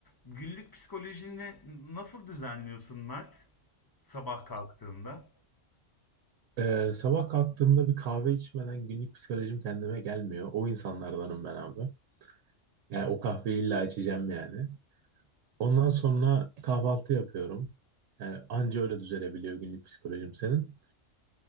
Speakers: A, on the left; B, on the right.
A: Günlük psikolojini nasıl düzenliyorsun Mert? Sabah kalktığında.
B: Ee, sabah kalktığımda bir kahve içmeden günlük psikolojim kendime gelmiyor. O insanlardanım ben abi. Yani o kahveyi illa içeceğim yani. Ondan sonra kahvaltı yapıyorum. Yani anca öyle düzelebiliyor günlük psikolojim senin.